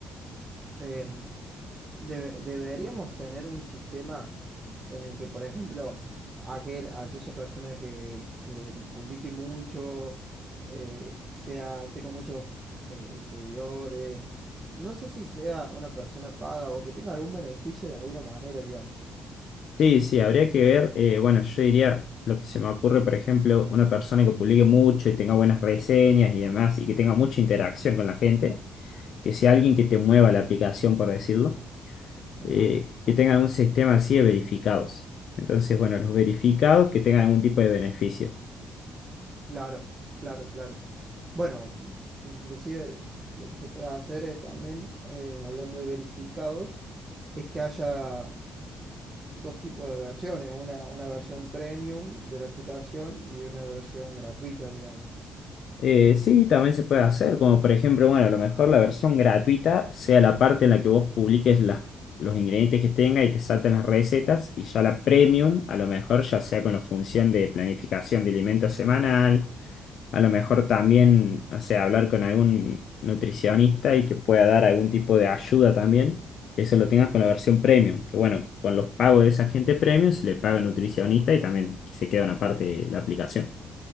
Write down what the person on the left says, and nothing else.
Sí, sí, habría que ver, eh, bueno, yo diría, lo que se me ocurre, por ejemplo, una persona que publique mucho y tenga buenas reseñas y demás, y que tenga mucha interacción con la gente, que sea alguien que te mueva la aplicación, por decirlo,
eh, que tenga un sistema así de verificados. Entonces, bueno, los verificados que tengan algún tipo de beneficio.
Eh, sí, también se puede hacer, como por ejemplo, bueno, a lo mejor la versión gratuita sea la parte en la que vos publiques las- los ingredientes que tenga y te salten las recetas, y ya la premium, a lo mejor ya sea con la función de planificación de alimento semanal, a lo mejor también, no sé, hablar con algún nutricionista y que pueda dar algún tipo de ayuda también, que eso lo tengas con la versión premium, que bueno, con los pagos de esa gente premium se le paga al nutricionista y también se queda una parte de la aplicación.